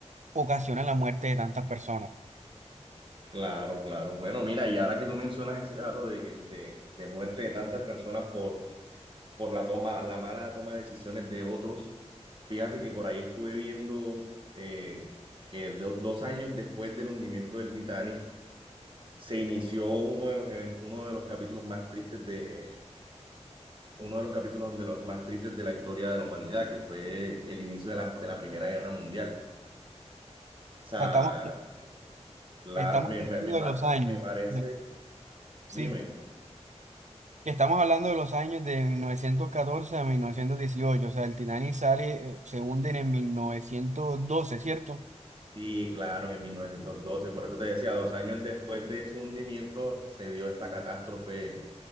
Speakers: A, on the right; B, on the right.
A: ocasiona la muerte de tantas personas. O
B: Claro, claro. Bueno, mira, y ahora que tú mencionas ese dato de, que- de, de muerte de tantas personas por, por la toma, la mala toma de decisiones de otros, fíjate que por ahí estuve viendo eh, que do- dos años después del hundimiento del Titanic se inició uno de los eventos, uno de los capítulos más tristes de, uno de los capítulos de los más tristes de la historia de la humanidad, que fue el inicio de la, de la Primera Guerra Mundial. O sea,
A: sea, estamos,
B: la,
A: estamos
B: me,
A: hablando
B: me, me par-
A: de los años,
B: me parece,
A: de- sí,
B: dime.
A: que estamos hablando de los años de 1914 a 1918. O sea, el Titanic sale, eh, se hunde en el 1912, ¿cierto?
B: Sí, claro, en 1912. por eso te decía, dos años después de su hundimiento se dio esta catástrofe